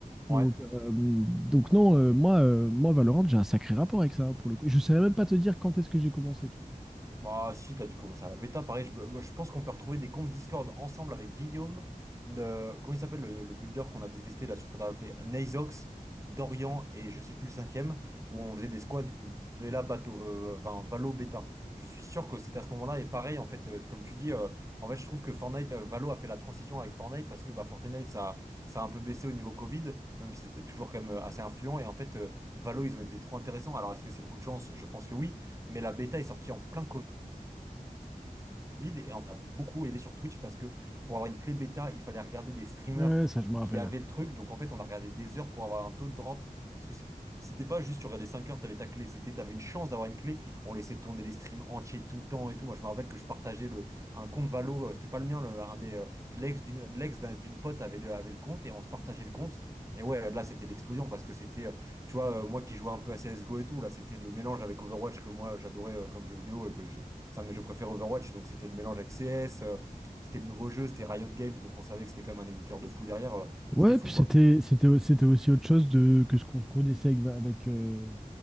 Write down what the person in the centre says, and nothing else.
Donc, euh, donc non, euh, moi, euh, moi, Valorant, j'ai un sacré rapport avec ça, hein, pour le coup. Et je savais même pas te dire quand est-ce que j'ai commencé, tu vois.
Ouais, ça, je me rappelle.
Ouais,
puis
c'était c'était c'était aussi autre chose de que ce qu'on connaissait avec avec, euh,